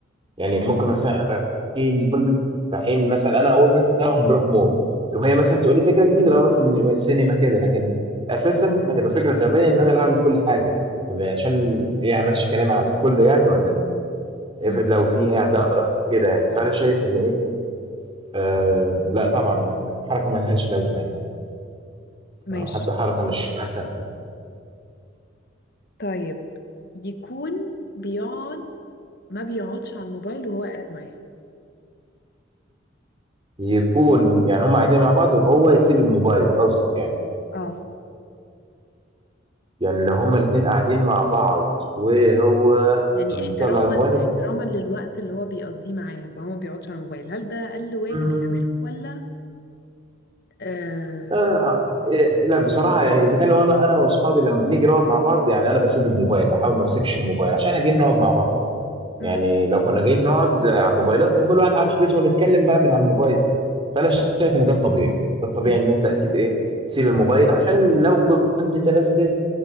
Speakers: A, on the right (about 30°); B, on the left (about 60°).
A: يعني ممكن مثلا إحنا رايحين مول رايحين مثلا أنا أقول مثلا أيوه هنروح مول شوف هي مثلا تقول لي فكرة جديدة لو مثلا سينما كده لكن أساسا هتبقى فكرة غبية إن أنا اللي أعمل كل حاجة عشان إيه همشي كلامي على الكل يعني ولا إيه؟
B: مم،
A: افرض لو في هي عندها آراء كده يعني فأنا شايف إن إيه آه لا طبعا حركة ملهاش لازمة يعني
B: ماشي
A: أو حتى حركة مش أحسن حاجة
B: طيب يكون بيقعد ما بيقعدش على الموبايل وهو قاعد معاها
A: يكون يعني هم قاعدين مع بعض وهو يسيب الموبايل قصدك يعني
B: اه
A: يعني لو هما الاتنين قاعدين مع بعض وهو
B: يعني
A: مطلع
B: احتراما
A: الموبايل
B: احتراما للوقت اللي هو بيقضيه معاها فهو ما بيقعدش على الموبايل هل ده أقل واجب
A: مم،
B: يعمله ولا آه
A: آه، آه، إيه، لا بصراحة يعني إذا كان لو أنا أنا وأصحابي لما بنيجي نقعد مع بعض يعني أنا بسيب الموبايل بحاول ما أمسكش الموبايل عشان إحنا جايين نقعد مع بعض يعني
B: م-
A: لو كنا جايين نقعد آه، على الموبايلات كان كل واحد قاعد في بيته ونتكلم بقى من على الموبايل فانا شايف ان ده الطبيعي ده الطبيعي
B: م-
A: ان انت اكيد ايه تسيب الموبايل عشان لو كنت انت لازم تمسك